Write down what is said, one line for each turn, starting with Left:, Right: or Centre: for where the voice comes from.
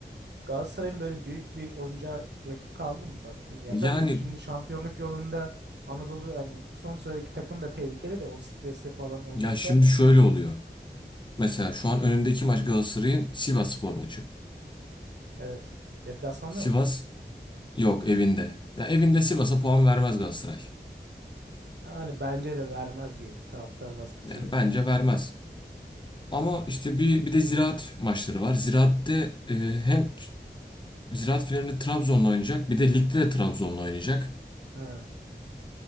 Right: Galatasaray'ın böyle büyük bir oyuncağa rakip kaldı mı baktın? Ya
Left: Yani
Right: tabii şimdi şampiyonluk yolunda Anadolu hani son sıradaki takım da tehlikeli de o stresle falan oynarken
Left: ya şimdi
Right: de.
Left: şöyle oluyor. Mesela şu an önündeki maç Galatasaray'ın Sivasspor maçı.
Right: Evet. Deplasmanda
Left: Sivas
Right: mı?
Left: yok evinde. Ya evinde Sivas'a puan vermez Galatasaray.
Right: Hani bence de vermez gibi taraftar baskısıyla
Left: Yani
Right: falan.
Left: bence vermez. Ama işte bir bir de Ziraat maçları var. Ziraat'te e, hem Ziraat finalinde Trabzon'la oynayacak. Bir de ligde de Trabzon'la oynayacak.
Right: Ha.